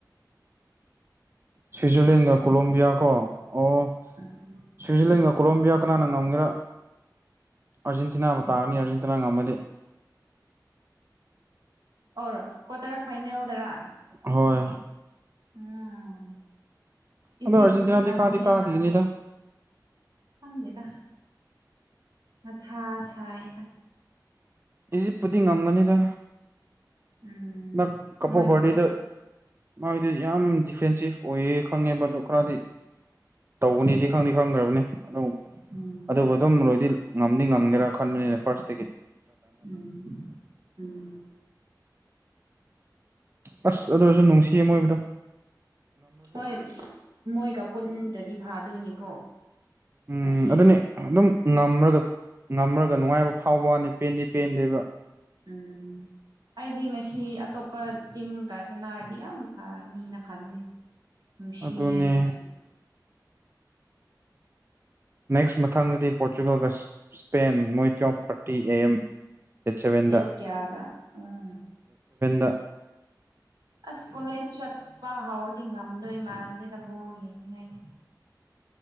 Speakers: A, on the right; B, on the right.
A: ꯁ꯭ꯋꯤꯖꯔꯂꯦꯟꯒ ꯀꯣꯂꯣꯕꯤꯌꯥ ꯀꯣ ꯑꯣ
B: ꯎꯝ
A: ꯁ꯭ꯋꯤꯖꯔꯂꯦꯟꯒ ꯀꯣꯂꯣꯝꯕꯤꯌꯥ ꯀꯅꯥꯅ ꯉꯝꯒꯔꯥ ꯑꯥꯖꯦꯟꯇꯤꯅꯥ ꯑꯃ ꯇꯥꯒꯅꯤ ꯑꯔꯖꯦꯟꯇꯤꯅꯥ ꯉꯝꯃꯗꯤ
B: ꯑꯣꯔ ꯀ꯭ꯋꯥꯇꯔ ꯐꯥꯏꯅꯦꯜꯗꯔꯥ
A: ꯍꯣꯏ
B: ꯎꯝ
A: ꯑꯗꯣ
B: ꯏꯆꯦꯄꯨꯗꯤ
A: ꯑꯥꯔꯖꯦꯟꯇꯤꯅꯥꯗꯤ
B: ꯉꯝꯅꯤꯉꯥꯏ
A: ꯀꯥꯗꯤ ꯀꯥꯈꯤꯒꯅꯤꯗ
B: ꯃꯥꯜꯂꯦꯗ ꯈꯪꯗꯦꯗ ꯃꯊꯥ ꯁꯥꯏꯗ
A: ꯏꯁꯤꯦꯄꯗꯤ ꯉꯝꯒꯅꯤꯗ
B: ꯎꯝ
A: ꯅ ꯀꯄꯣ
B: ꯃꯣꯏꯕꯨꯗꯤ
A: ꯐꯗꯤꯗ ꯃꯥꯣꯏꯗꯤ ꯌꯥꯝ ꯗꯤꯐꯦꯟꯁꯤꯞ ꯑꯣꯏꯌꯦ ꯈꯪꯉꯦꯕ ꯑꯗꯣ ꯈꯔꯗꯤ ꯇꯧꯕꯅꯤꯗꯤ ꯈꯪꯅꯤ ꯈꯪꯈ꯭ꯔꯕꯅꯤ ꯑꯗꯨꯝ
B: ꯎꯝ
A: ꯑꯗꯨꯕꯨ ꯑꯗꯨꯝ ꯂꯣꯏꯗꯤ ꯉꯝꯗꯤ ꯉꯝꯒꯦꯔꯥ ꯈꯟꯕꯅꯤꯅ ꯐꯥꯔꯁ
B: ꯎꯝ ꯎꯝ
A: ꯑꯁ ꯑꯗꯨ ꯑꯣꯏꯁꯨ ꯅꯨꯡꯁꯤ ꯑꯃ ꯑꯣꯏꯕꯗꯣ
B: ꯍꯣꯏ ꯃꯣꯏꯒ ꯄꯨꯟꯗ꯭ꯔꯗꯤ ꯐꯥꯗꯣꯏꯅꯤꯀꯣ
A: ꯎꯝ
B: ꯉꯁꯤ
A: ꯑꯗꯨꯅꯦ ꯑꯗꯨꯝ ꯉꯝꯃꯒ ꯉꯝꯃꯒ ꯅꯨꯡꯉꯥꯏꯕ ꯐꯥꯎꯕ ꯋꯥꯅꯤ ꯄꯦꯟꯗꯤ ꯄꯦꯟꯗꯦꯕ
B: ꯎꯝ ꯑꯩꯗꯤ ꯉꯁꯤ ꯑꯇꯣꯞꯄ ꯇꯤꯝꯒ ꯁꯥꯟꯅꯔꯗꯤ ꯌꯥꯝ ꯐꯅꯤꯅ ꯈꯟꯅꯤ ꯅꯨꯡꯁꯤ
A: ꯑꯗꯨꯅꯤ
B: ꯃꯣꯏ
A: ꯅꯦꯛꯁ ꯃꯊꯥꯡꯗꯗꯤ ꯄꯣꯔꯇꯨꯒꯜꯒ ꯁ꯭ꯄꯦꯟ ꯃꯣꯏ ꯇ꯭ ꯑꯣꯐ ꯤ ꯑꯦꯝꯋꯗ
B: ꯗꯦꯠ ꯀꯌꯥꯗ ꯎꯝ
A: <inaudible>
B: ꯑꯁ ꯀꯣꯂꯦꯖ ꯆꯠꯄ ꯍꯧꯥꯎꯔꯗꯤ ꯉꯝꯗꯣꯏ ꯃꯥꯟꯗꯦꯗ ꯕꯣꯜ ꯌꯦꯡꯅꯤꯡꯉꯥꯏꯁꯦ